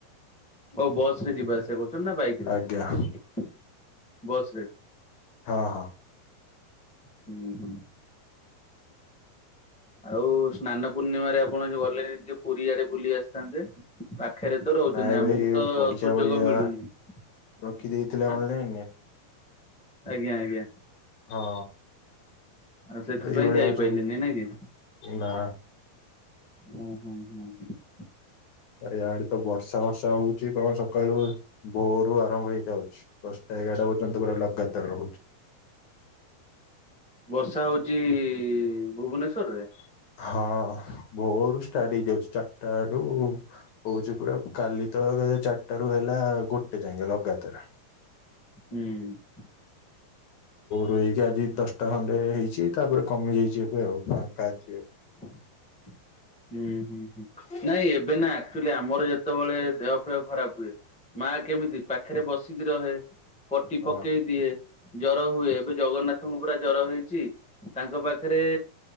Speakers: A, in the centre; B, on the left.
A: ଅଉ ବସ ରେ ଯିବା ଆସିବା କରୁଛନ୍ତି ନା ବାଇକରେ?
B: ଆଜ୍ଞା
A: ବସ୍ ରେ।
B: ହଁ ହଁ।
A: ହୁଁ ହୁଁ। ଆଉ ସ୍ନାନ ପୂର୍ଣ୍ଣିମାରେ ଆପଣ ଯୋଉ ଗଲେ ଟିକେ ପୁରୀ ଆଡେ ବୁଲି ଆସିଥାନ୍ତେ <unintelligible> ପାଖେରେ ତ ରହୁଛନ୍ତି
B: ନାଇଁ
A: ଆମକୁ
B: ଭାଇ
A: ତ
B: ପରୀକ୍ଷା
A: ସୁଯୋଗ
B: ଫରୀକ୍ଷା
A: ମିଳୁନି।
B: ରଖି ଦେଇଥିଲେ ଅନଲାଇନରେ
A: ଆଜ୍ଞା ଆଜ୍ଞା।
B: ହଁ
A: ଆଉ ସେଥିପାଇଁ
B: ଏଇଭଳିଆ
A: ଯାଇ
B: ସବୁ
A: ପାଇଲେନି ନାଇଁ କି?
B: ନା
A: ଓ ହଁ ହଁ ହଁ।
B: ଇଆଡେ ତ ବର୍ଷା ବର୍ଷା ହଉଛି କଣ ସକାଳୁ ଭୋରୁ ଆରମ୍ଭ ହେଇଯାଉଛି ଦଶଟା ଏଗାରଟା ପର୍ଯ୍ୟନ୍ତ ପୁରା ଲଗାତାର ରହୁଛୁ।
A: ବର୍ଷା ହଉଚି ଭୁବନେଶ୍ଵର ରେ?
B: ହଁ ଭୋରୁ ଷ୍ଟାର୍ଟ ହେଇଯାଉଚି ଚାରଟା ଆଡୁ ହଉଛି ପୁରା କାଲି ତ ଚାରିଟା ରୁ ହେଲା ଗୋଟେ ଯାଇ ଲଗାତାର।
A: ହୁଁ।
B: ରହିକି ଆଜି ଦଶଟା ଖଣ୍ଡେ ହେଇଛି ତାପରେ କମି ଯାଇଛି ଏବେ ଆଉ ଫାଙ୍କା ଅଛି ଏବେ।
A: <inaudible> ହୁଁ ହୁଁ ହୁଁ ନାଇଁ ଏବେ ନା ଆକଚୁଆଲି ଆମର ଯେତେବେଳେ ଦେହ ଫେହ ଖରାପ ହୁଏ। ମା କେମିତି ପାଖରେ ବସିକି ରହେ ପଟି
B: ହଁ
A: ପକେଇ ଦିଏ। ଜର ହୁଏ ଏବେ ଜଗନ୍ନାଥଙ୍କ ପୁରା ଜର ହେଇଛି ତାଙ୍କ ପାଖରେ